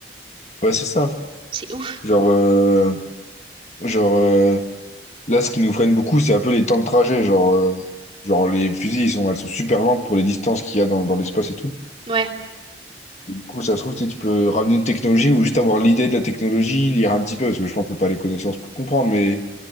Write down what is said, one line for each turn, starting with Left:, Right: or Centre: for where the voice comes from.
Left: Ouais, c'est ça.
Right: C'est ouf.
Left: Genre, euh, genre euh, là, ce qui nous freine beaucoup, c'est un peu les temps de trajet. Genre, euh, genre les fusées, ils sont, elles sont super lentes pour les distances qu'il y a dans, dans l'espace et tout.
Right: Ouais.
Left: Et du coup, ça se trouve, tu sais, tu peux ramener une technologie ou juste avoir l'idée de la technologie, lire un petit peu, parce que je pense que t'as pas les connaissances pour comprendre, mais